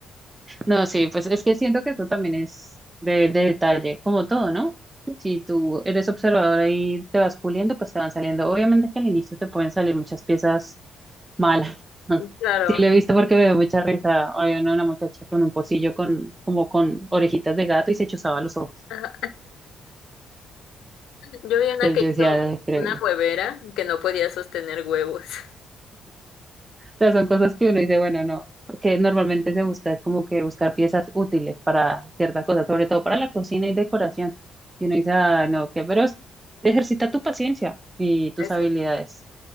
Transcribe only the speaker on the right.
No, sí, pues es que siento que eso también es de, de detalle, como todo, ¿no? Si tú eres observador ahí te vas puliendo, pues te van saliendo. Obviamente que al inicio te pueden salir muchas piezas malas. <laughs>
Sí, lo he visto porque me dio mucha risa. Había una, una muchacha con un pocillo con, como con orejitas de gato y se chuzaba los ojos.
Entonces
yo
decía, "Ay, creo,
sea, son cosas que uno dice, bueno, no, porque normalmente se busca, es como que buscar piezas útiles para cierta cosa sobre todo para la cocina y decoración. Y uno dice, ah, no, que, pero es- ejercita tu paciencia y tus
habilidades.